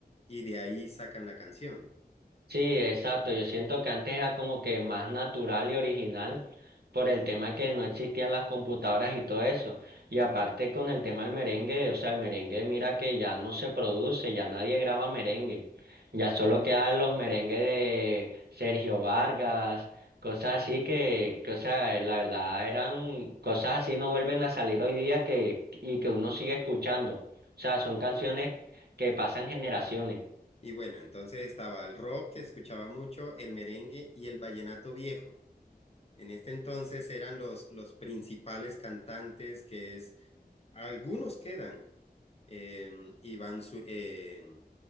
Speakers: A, on the left; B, on the right.
A: y de ahí sacan la canción.
B: Sí, exacto. Yo siento que antes era como que más natural y original por el tema que no existían las computadoras y todo eso. Y aparte con el tema del merengue, o sea, el merengue mira que ya no se produce, ya nadie graba merengue. Ya solo quedan los merengues de Sergio Vargas, cosas así que, que, o sea, la verdad eran cosas así no vuelven a salir hoy día que, y que uno sigue escuchando. O sea, son canciones que pasan generaciones.
A: Y bueno, entonces estaba el rock que escuchaba mucho, el merengue y el vallenato viejo. En este entonces eran los, los principales cantantes que es, algunos quedan, eh, Iván, Zu- eh,